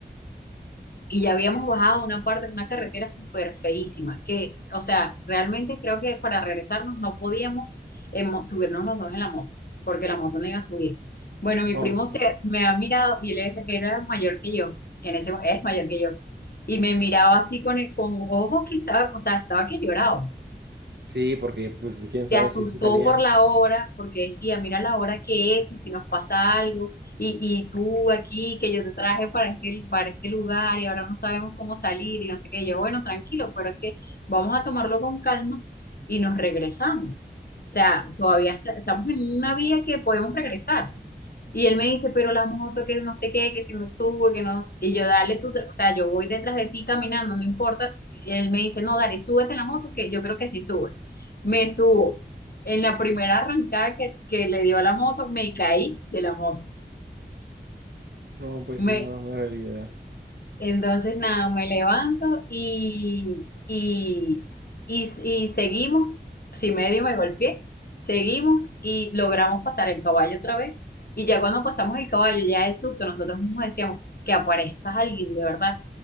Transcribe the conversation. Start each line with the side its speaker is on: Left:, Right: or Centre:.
Left: y ya habíamos bajado una parte de una carretera súper feísima, que, o sea, realmente creo que para regresarnos no podíamos eh, mo- subirnos los dos en la moto, porque la moto no iba a subir. Bueno, mi
Right: No,
Left: primo se me ha mirado y él es- era mayor que yo, en ese es mayor que yo, y me miraba así con, el- con ojos que estaba, o sea, estaba que lloraba
Right: Sí, porque pues quién sabe
Left: se asustó
Right: si sí salían.
Left: por la hora, porque decía, mira la hora que es y si nos pasa algo, y, y tú aquí, que yo te traje para este, para este lugar y ahora no sabemos cómo salir y no sé qué, Y yo, bueno, tranquilo, pero es que vamos a tomarlo con calma y nos regresamos. O sea, todavía está- estamos en una vía que podemos regresar. Y él me dice, pero la moto, que no sé qué, que si me subo, que no. Y yo, dale tú, tra- o sea, yo voy detrás de ti caminando, no importa. Y él me dice, no, dale, súbete en la moto, que yo creo que sí sube. Me subo. En la primera arrancada que, que le dio a la moto, me caí de la moto.
Right: No, pues
Left: Me,
Right: sí, no, no era la idea.
Left: Entonces, nada, me levanto y, y, y, y seguimos. Si medio me golpeé, seguimos y logramos pasar el caballo otra vez. Y ya cuando pasamos el caballo, ya es susto, nosotros mismos decíamos que aparezca alguien de verdad.